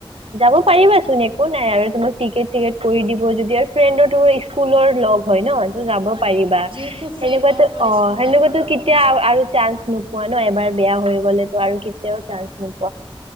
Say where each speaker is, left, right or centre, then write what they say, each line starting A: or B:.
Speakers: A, on the right; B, on the right.
A: যাব পাৰিবাচোন একো নাই, আৰু তোমাক টিকেট, চিকেট কৰি দিব যদি আৰু ফ্ৰেণ্ডৰ তোমাৰ ইস্কুলৰ লগ হয়, ন? ত' যাব
B: হয়
A: পাৰিবা
B: হয় এইটো যিহেতু ফ্ৰেণ্ডৰ
A: সেনেকুৱাতো
B: মানে
A: অ',
B: স্কুল
A: সেনেকুৱাতো
B: টাইমৰ লগ হয়
A: এতিয়া আৰু চাঞ্চ নোপোৱা ন এবাৰ বেয়া
B: হয়
A: হৈ গ'লেতো আৰু কেতিয়াও চান্স নো